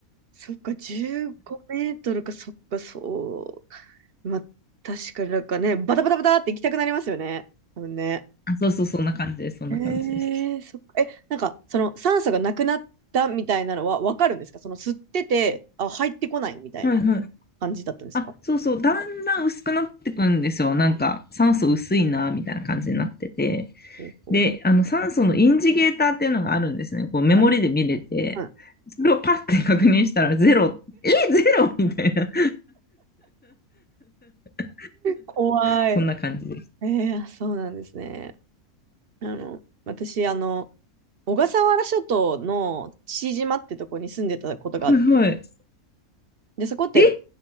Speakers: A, on the right; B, on the left.
A: そっか、15メートルか、そっか、そう。まあ、確かになんかね、バタバタバタって行きたくなりますよね。多分ね。
B: あそうそう、そんな感じです。そんな感じです。
A: へえー、そっか。え、なんか、その酸素がなくなったみたいなのはわかるんですかその吸ってて、あ、入ってこないみたいな
B: はいはい。
A: 感じだったんですか
B: あ、そうそう、だんだん薄くなってくんですよ。なんか、酸素薄いな、みたいな感じになってて。
A: ほうほう
B: で、あの、酸素のインジゲーターっていうのがあるんですね。こう、メモリで見れて、
A: んうん
B: それをパッて確認したら、ゼロ、え、ゼロみたいな。<laughs>
A: 怖い。
B: そんな感じです。
A: えーあそうなんですね。あの、私、あの、小笠原諸島の父島ってとこに住んでたことがあって
B: はいはい。
A: で、そこって、
B: え、